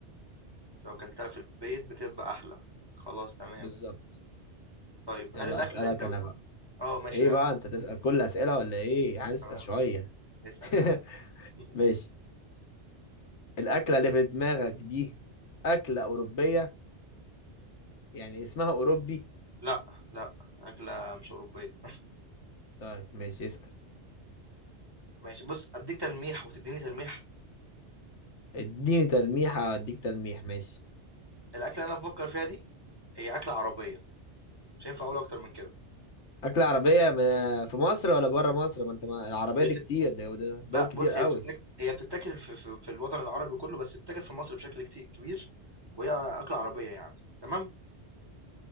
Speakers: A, on the right; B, on the left.
A: لو كلتها في البيت بتبقى احلى خلاص تمام
B: بالظبط
A: طيب
B: يلا
A: هل الاكله
B: أسألك
A: اللي انت بتفكر
B: أنا بقى
A: اه ماشي
B: إيه
A: ده
B: بقى أنت تسأل كل أسئلة ولا إيه هسأل
A: تمام
B: شوية
A: اسال
B: <laughs>
A: يا عم <laughs>
B: ماشي الأكلة اللي في دماغك دي أكلة أوروبية يعني اسمها أوروبي
A: لأ، لأ، أكلة مش أوروبية.
B: طيب ماشي اسأل
A: ماشي بُص، أدّيك تلميح وتدّيني تلميح،
B: اديني تلميحة أديك تلميح ماشي
A: الأكلة اللي أنا بافكّر فيها دي هي أكلة عربية، مش هينفع أقول أكتر من كده.
B: أكلة عربية من- في مصر ولا بره مصر ما أنت ما العربية
A: هي
B: دي
A: بتت
B: كتير ده ده- دول
A: لأ
B: كتير
A: بُص،
B: قوي
A: هي بتتاك هي بتتاكل في في في الوطن العربي كُلّه، بس بتتاكل في مصر بشكل كتي كبير، وهي أكلة عربية يعني، تمام؟